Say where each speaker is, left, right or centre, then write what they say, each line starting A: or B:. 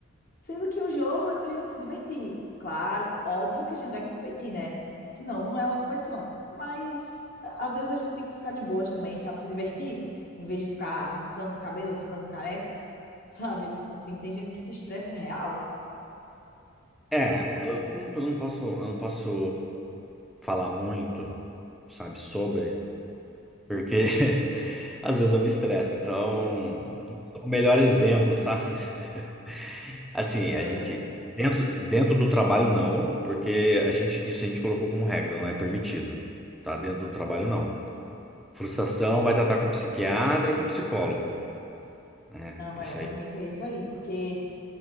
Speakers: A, on the left; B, in the centre.
A: Sendo que o jogo é pra gente se divertir. Tipo, Claro, óbvio que a gente vai competir, né? Senão não é uma competição. Mas a- às vezes a gente tem que ficar de boas também, sabe? Se divertir, em vez de ficar arrancando os cabelos, ficando careca, <laughs> sabe? Tipo assim, tem gente que se estressa real.
B: É, mas eu não, eu não posso, eu não posso falar muito, sabe, sobre, porque <laughs> às vezes eu me estresso. Então, o melhor exemplo, sabe? <laughs> Assim,
A: Ah,
B: a gente dentro, dentro do trabalho não, porque a gente isso a gente colocou como regra, não é permitido, tá? Dentro do trabalho não. Frustração vai tratar com psiquiatra, com psicólogo, né?
A: Não,
B: Isso
A: é, realmente
B: aí.
A: é isso aí, porque